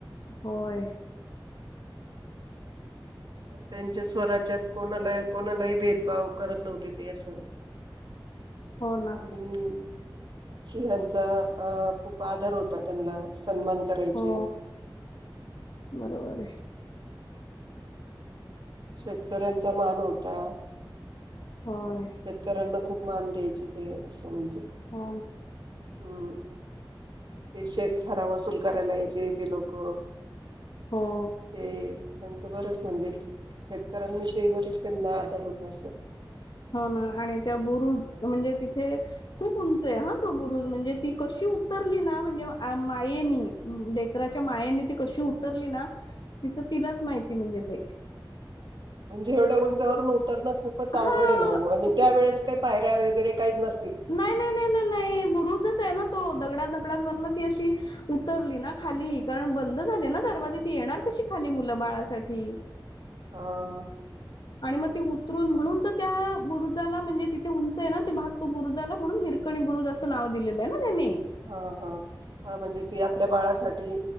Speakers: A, on the left; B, on the right.
A: होय
B: त्यांच्या स्वराज्यात कोणाला कोणालाही भेदभाव करत नव्हते ते असं
A: हो ना
B: आणि स्त्रियांचा अ खूप आदर होता त्यांना सन्मान करायचे
A: हो बरोबर आहे
B: शेतकऱ्यांचा मान होता
A: होय
B: शेतकऱ्यांना खूप मान द्यायचे ते म्हणजे
A: हा
B: हम्म ते शेतसारा वसूल करायला यायचे ते लोक
A: हो
B: ते त्यांचं बरंच म्हणजे शेतकऱ्यांविषयी बरच त्यांना आदर होत असं
A: हा ना आणि त्या बुरुज म्हणजे तिथे खूप उंच आहे हा तो बुरुज म्हणजे ती कशी ती उतरली ना म्हणजे आ मायेनी लेकराच्या मायेनी ती कशी उतरली ना तिचं तिलाच माहिती म्हणजे ते
B: <inaudible> म्हणजे एवढ्या उंचावरून उतरणं खूपच अवघड
A: हा
B: ना आणि त्यावेेळेस काही पायऱ्या वगरे काहीच नस
A: नाही नाही नाही नाही नाही बुरुजच आहे ना तो दगडा दगडांवरन ती अशी उतरली ना खाली कारण बंद झाले ना दरवाजे ती येणार कशी खाली मुलं बाळासाठी एक
B: ह
A: आणि मग ते उतरून म्हणून तर त्या बुरुजाला म्हणजे तिथे उंच आहे ना ते भाग तो बुरुजाला म्हणून हिर कणी असं नाव दिलेलं आहे ना त्यांनी
B: हा हा हा म्हणजे ती आपल्या बाळासाठी